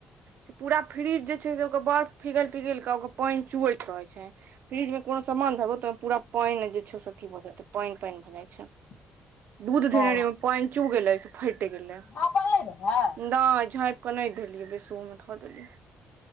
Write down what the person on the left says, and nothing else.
<inaudible>
ओ
झाँपल नहि रहै